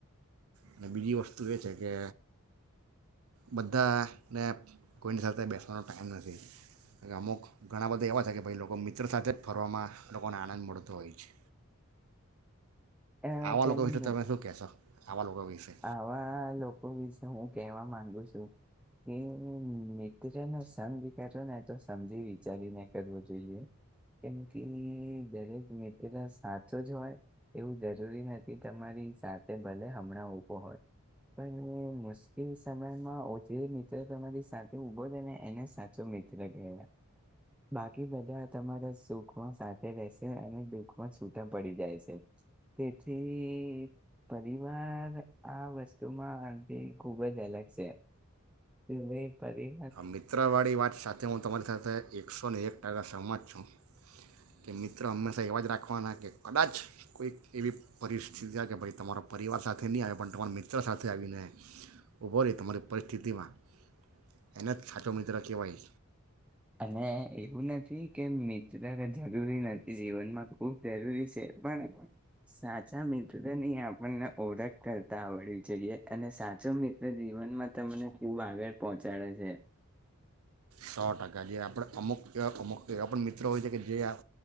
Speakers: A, on the right (about 80°); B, in the centre.
A: અને બીજી વસ્તુ એ છે કે બધાને કોઈની સાથે બેસવાનો ટાઈમ નથી. એટલે અમુક ઘણા બધા એવા છે કે ભાઈ લોકો મિત્ર સાથે જ ફરવામાં લોકોને આનંદ મળતો હોય છે.
B: અ,
A: આવા
B: તેનું
A: લોકો વિશે
B: મુ
A: તમે શું કહેશો? આવા લોકો વિશે
B: આવા લોકો વિશ ને હું કેહેવા માંગુ છું કે, મિત્ર નો સંગ કરો ને તો સમજી વિચારીને કરવો જોઈએ કેમ કે, દરેક મિત્ર સાચો જ હોય એવું જરૂરી નથી, તમારી સાથે ભલે હમણાં ઉભો હોય પણ મુશ્કેલ સમયમાં ઓછ મિત્ર તમારી સાથે ઉભો રહેે ને એને સાચો મિત્ર કહેવા. બાકી બધા તમારા સુખમાં સાથે રહેશે અને દુઃખમાં છૂટા પડી જાય છે. તેથી પરિવાર આ વસ્તુમાં આંટી ખુબજ અલગ છે. વે પરી
A: મિત્ર વાળી વાત સાથે હું તમારી સાથ થે એકસો ને એક ટકા સમત છું, કે મિત્ર હંમેશા એવા જ રાખવાના કે કદાચ કોઈક એવી પરિસ્થિતિ છે કે ભાઈ તમારો પરિવાર સાથે નહીં આવે પણ તમારા મિત્ર સાથે આવીને ઊભો રહી તમારી પરિસ્થિતિમાં એને સાચો મિત્ર કેવાય.
B: અને એવું નથી કેમ મિત ને જરૂરી નથી જીવનમાં, ખૂબ જરૂરી છે. પણ સાચા મિત્રની આપણને ઓળખ કરતા આવડવી જોઈએ અને સાચો મિત્ર જીવનમાં તમને ખૂબ આગળ પહોંચાડે છે.
A: સો ટકા જે આપણે અમુક એવા અમુક એવા પણ મિત્રો હોય છે કે જે આ